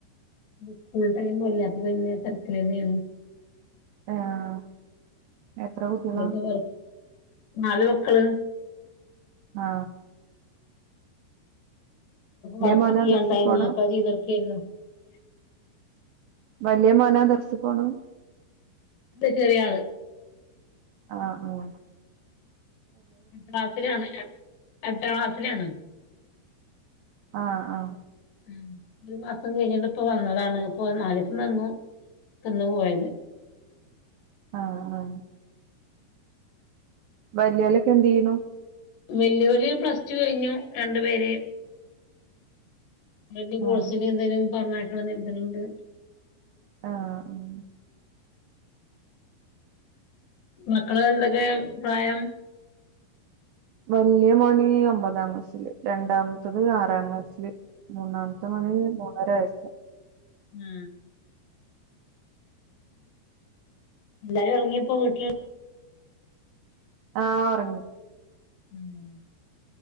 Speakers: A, on the left; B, on the right.
A: സ്കൂൾ ടൈം അല്ലെ അപ്പോ പിന്നെ തീർക്കിലെന്നെയാണ്
B: ആഹ് എത്ര കുട്ടികളാ
A: അക്ക നാല് മക്കള്
B: ആ
A: വർക്ക്
B: മോനാ
A: ചെയ്യാണ്ടായിരുന്നു
B: ദർസി പോണെ
A: അപ്പ അത് ചെയ്തൊടുക്കായിരുന്നു
B: വലിയ മോനാ ദർസിൽ പോണ്
A: അത ചെറിയ ആള്
B: ആ ആ
A: എാം ക്ലാസ്സിലാണ് എ എട്ടാം ക്ലാസ്സിലാണ്
B: ആഹ ആഹ
A: ഉ ഒരു മാസം കഴിഞ്ഞിട്ട് ഇപ്പ വന്നതാണ് ഇപ്പൊ മാലിസം നന്നു ക്ക്ന്ന് പോയത്.
B: ആ ഹാ. വല്ലിയോലൊക്കെ എന്ത് ചെയ്യ്ണു?
A: വല്ലിയോല് പ്ലസ്സ് ടു കഴിഞ്ഞു രണ്ടു പേര്. അയ്ന്റെ കോഴ്സിന്
B: ആഹ്
A: എന്തേലും പറഞ്ഞേക്കണം നേർദ്ണ്ട്.
B: ആ മം.
A: മക്കള് എന്തൊക്കെ പ്രായം?
B: വല്ല്യാ മോന് ഒമ്പതാം ക്ലാസ്സില് രണ്ടാമത്തത് ആറാം ക്ലാസ്സില്. മൂന്നാമത്തെ മകന് മൂന്നര വയസ്സ്.
A: മം എല്ലാരും ഉറങ്ങിയപ്പോ വീട്ടിൽ
B: ആ ഒറങ്ങി.
A: മം